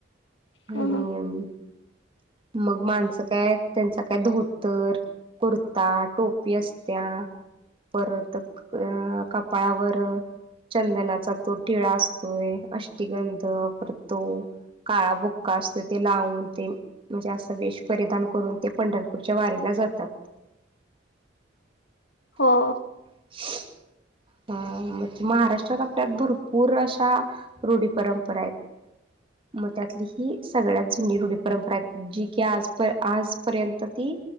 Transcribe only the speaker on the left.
हं
हं
हो.